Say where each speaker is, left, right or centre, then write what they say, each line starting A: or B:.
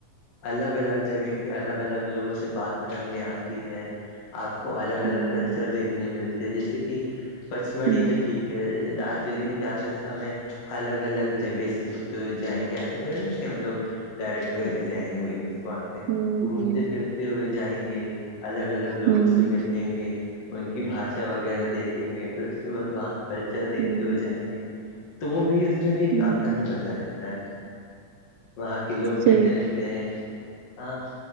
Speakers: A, on the left (about 60°); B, on the right (about 85°).
A: الگ الگ جگہ کے الگ الگ لوگوں سے بات کرنے آتی ہے آپ کو الگ
B: ہوں
A: الگ کلچر دیکھنے ملتے ہیں جیسے کہ پچمڑھی
B: ہوں
A: تو ٹھیک جیسے دارجلنگ جاتے تھ ہمیں الگ الگ جگہ سے ہوتے ہوئے جائیں گے ایسا تھ نا کہ ہم لوگ ڈائریکٹ وہیں چے آئیں گے مین اسپٹ پہ
B: ہوں
A: گھومتے
B: ہوں
A: پھرتے ہوئے جائیں گے الگ الگ لوگوں
B: ہوں
A: سے ملیں گے ان کی بھاشا وغیرہ دیکھیں گے پھر اس کے بعد وہاں کا کلچر دیکھتے
B: ہوں
A: ہوئے جائیں گے تو وہ بھی اس میں بھی ایک
B: ہوں
A: آفنا ہی مزہ رہتا ہے وہاں کے لوگ
B: صحیح
A: کیسے رہتے ہیں ہاں